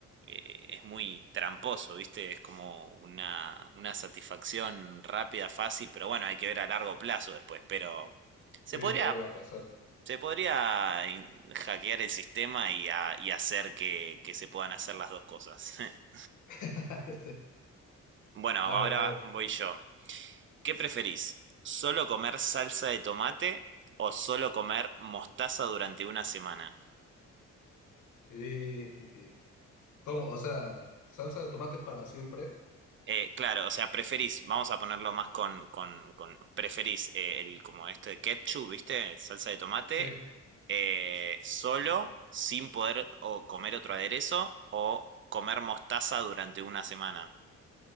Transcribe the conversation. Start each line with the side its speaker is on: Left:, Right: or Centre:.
Right: eh, es muy tramposo, ¿viste? Es como una, una satisfacción rápida, fácil, pero bueno, hay que ver a largo plazo después, pero se
Left: Sí,
Right: podría,
Left: toda la razón.
Right: se podría in- hackear el sistema y, a- y hacer que, que se puedan hacer las dos cosas. <laughs>
Left: <laughs> Sí.
Right: Bueno, ahora
Left: A ver, a ver.
Right: voy yo. ¿Qué preferís? ¿Solo comer salsa de tomate o solo comer mostaza durante una semana?
Left: Y, ¿cómo? O sea, salsa de tomate para siempre.
Right: Eh, claro, o sea, preferís, vamos a ponerlo más con, con, con- preferís eh, el como este de ketchup, ¿viste? Salsa de tomate,
Left: Sí.
Right: eh, solo, sin poder o comer otro aderezo, o comer mostaza durante una semana.